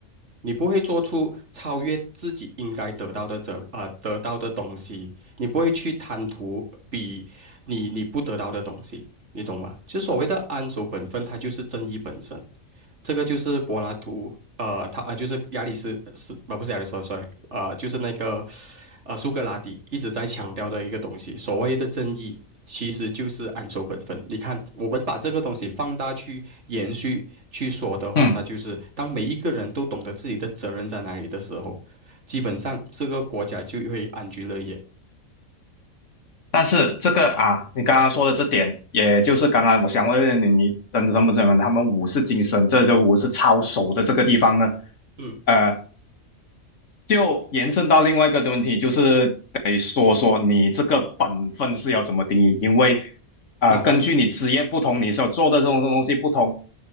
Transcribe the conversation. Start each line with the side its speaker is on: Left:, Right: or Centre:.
Right: 你不会做出超越自己应该得到的责啊、呃得到的东西，你不会去贪图比你你不得到的东西，你懂吗？其实所谓的安守本分，它就是正义本身。这个就是柏拉图，呃，他呃就是亚里士是呃不是亚里士多，sorry，呃就是那个呃苏格拉底一直在强调的一个东西，所谓的正义其实就是安守本分。你看，我们把这个东西放大去延续去说的话，
Left: 嗯。
Right: 它就是当每一个人都懂得自己的责任在哪里的时候，基本上这个国家就会安居乐业。
Left: 但是这个啊，你刚刚说的这点，也就是刚刚我想问你，你真的怎么怎么，他们武士精神，这就武士操守的这个地方呢？
Right: 嗯，
Left: 呃，就延伸到另外一个的问题，就是得说说你这个本分是要怎么定义，因为啊、
Right: 那
Left: 呃根据你职业不同，你所做的这种东西不同，